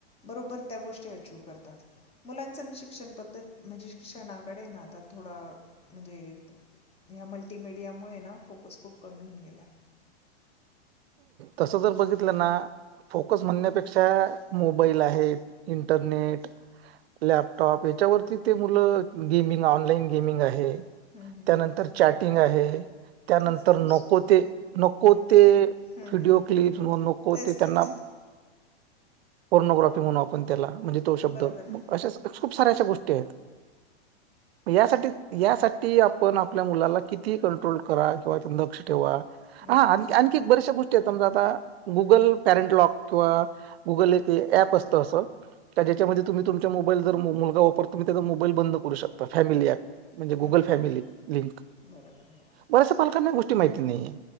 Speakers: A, on the left; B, on the right.
A: बरोबर त्या गोष्टी अचिव करतात मुलांच शिक्षण पद्धत म्हणजे शिक्षणाकडेये ना आता थोडा म्हणजे ह्या मल्टीमडियामुळे ना फोकस खूप कमी होऊन गेला <inaudible>
B: तसं जर बघितलं ना फोकस म्हणण्यापेक्षा मोबाईल आहे इंटरनेट लॅपटॉप याच्यावरती ते मुलं गेमिंग ऑनलाईन गेमिंग आहे
A: हम्म, हम्म,
B: त्यानंतर
A: हम्म.
B: चॅटिंग आहे त्यानंतर
A: तेच तोच
B: नको ते नको ते
A: हम्म,
B: व्हिडयओ
A: हम्म.
B: क्लीिप व नकोरे
A: तेच
B: त्यांना
A: तेच
B: पर्नोग्राफी म्हणून आपण त्याला म्हणजे तो शब्द
A: बरोबर आहे
B: अश खूप साऱ्या अशा गोष्टी आहेत
A: ह
B: यासाठी यासाठी आपण आपल्या मुलाला किती कंट्रोल करा किंवा लक्ष ठेवा
A: हम्म,
B: हा
A: हम्म,
B: आण आणखी एक बऱ्याचशा गोष्टी आहेत समजा आता गुगल पॅरेंटलॉग किंवा गुगल एकप ॲप असत असं ज्याच्यामध्ये
A: हम्म, हम्म,
B: तुम्ही तुमच्या मोईल मुलगा वापर तुम्ही त्या मोबाईल बंद करू शकता फॅमि म्हणजे
A: हम्म,
B: गुगल
A: हम्म, हम्म,
B: फॅमिली
A: हम्म.
B: लिंक
A: बरोबर बरोबर हम्म,
B: बऱ्याच पालकांना गोष्टी माहिती नाहीय